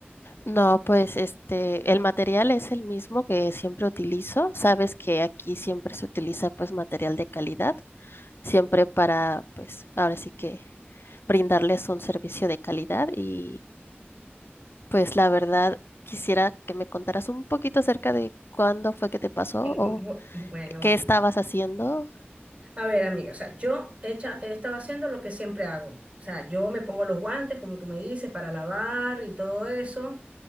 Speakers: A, on the left (about 65°); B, on the right (about 30°).
A: No, pues este, el material es el mismo que siempre utilizo. Sabes que aquí siempre se utiliza pues material de calidad, siempre para pues ahora sí que brindarles un servicio de calidad y pues la verdad quisiera que me contaras un poquito acerca de cuándo fue que te pasó
B: Eh, bu-
A: o
B: bueno, bueno.
A: qué estabas haciendo
B: A ver, amiga, o sea, yo he, hecha- he estado haciendo lo que siempre hago. O sea, yo me pongo los guantes, como tú me dices, para lavar y todo eso.